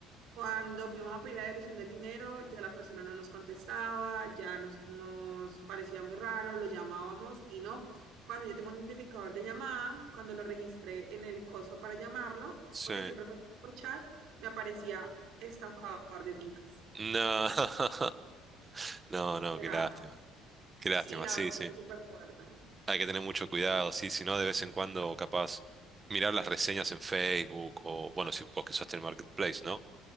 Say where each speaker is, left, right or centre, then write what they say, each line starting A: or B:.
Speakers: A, on the right; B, on the right.
A: Cuando fuimos a pedir la devolución del dinero, ya la persona no nos contestaba, ya nos, nos parecía muy raro, lo llamábamos y no. Cuando yo tengo un identificador de llamada, cuando lo registré en el coso para llamarlo,
B: sí.
A: porque siempre fue como por chat, me aparecía estafador de fincas.
B: No, <laughs> no,
A: O
B: no, qué
A: sea,
B: lástima. Qué lástima,
A: Sí, la
B: sí,
A: verdad,
B: sí.
A: es súper fuerte.
B: Hay que tener mucho cuidado, sí, si no, de vez en cuando, capaz, mirar las reseñas en Facebook o, bueno, si vos que usaste el Marketplace, ¿no?